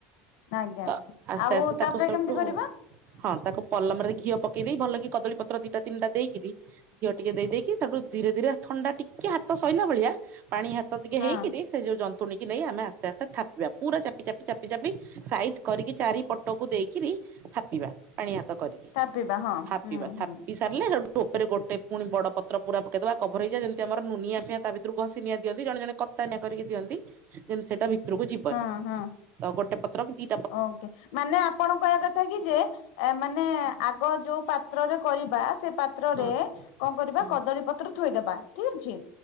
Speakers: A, on the left (about 75°); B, on the right (about 35°).
A: ଆଜ୍ଞା।
B: ତ ଆସ୍ତେ
A: ଆଉ
B: ଆସ୍ତେ
A: ତାପରେ
B: ତାକୁ ସେବଠୁ
A: କେମିତି କରିବା
B: ହଁ ତାକୁ ପଲମରେ ଘିଅ ପକେଇ ଦେଇ ଭଲ କି କଦଳୀପତ୍ର ଦିଟା ତିନିଟା ଦେଇକିରି ଘିଅ ଟିକେ ଦେଇେଇକି ତାପୁ ଧୀରେ ଧୀରେ ଥଣ୍ଡା ଟିକେ ହାତ ସୋଇଲା ଭଳିଆ ପାଣି ହାତ ଟିକେ
A: ହଁ
B: ହେଇକିରି ଯୋଉ ଜନ୍ତୁଣୀ ନେଇ ଆମେ ଆସ୍ତେ ଆସ୍ତେ ଥାପିବା। ପୁରା ଚାପି ଚାପି ଚାପି ଚାପି ସାଇଜ୍ କରିକି ଚାରି ପଟକୁ ଦେଇକରି ଥାପିବା ପାଣି ହାତ କରିକି।
A: ଥାପିବା ହଁ
B: ଥାପିବା
A: ହୁଁ
B: ଥାପି
A: ହୁଁ।
B: ସାରିଲେୁ ଉପରେ ଗୋଟେ ପୁଣି ବଡ଼ ପତ୍ର ପକେଇଦବା କଭର ହେଇଯ ଯେମତିମର ନିଆ ଫିଆ ତା ଭିତରୁକୁ ଘଷି ନିଆଁ ଦିଅନ୍ତି ଜଣେ ଜଣେ କତା ନିଆଁ କରିକି ଦିଅନ୍ତି ଯେ ସେଟା ଭିତରକୁ ଯିବନି।
A: ହଁ ହଁ
B: ତ ଗୋଟେ ପତ୍ର ଦି
A: ଓକେ ମାନେ ଆପଣ କହିବା କଥା କି ଯେ ଏ ମାନେ ଆଗ ଯୋଉ ପାତ୍ରରେ କରିବା ସେ ପ ପତ୍ରରେ
B: ହଁ
A: କଣ କରିବା
B: ହଁ।
A: କଦଳୀ ପତ୍ର ଥୋଇଦବା। ଠିକ ଅଛି